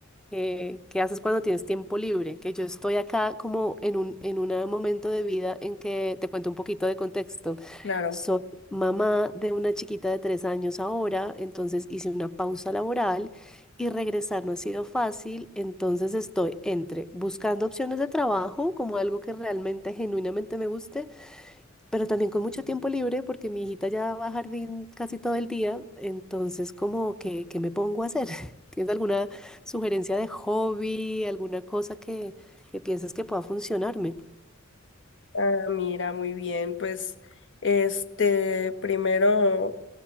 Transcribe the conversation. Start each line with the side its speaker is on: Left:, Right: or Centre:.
Centre: ¿Qué, qué haces cuando tienes tiempo libre? Que yo estoy acá como en un, en un momento de vida en que te cuento un poquito de contexto.
Left: claro.
Centre: Soy mamá de una chiquita de tres años ahora, entonces hice una pausa laboral y regresar no ha sido fácil, entonces estoy entre buscando opciones de trabajo como algo que realmente genuinamente me guste pero también con mucho tiempo libre porque mi hijita ya va a jardín casi todo el día, entonces como que, ¿qué me pongo a hacer? <laughs> ¿Tienes alguna sugerencia de hobby, alguna cosa que, que pienses que pueda funcionarme?
Left: Ah, mira, muy bien. Pues, este, primero,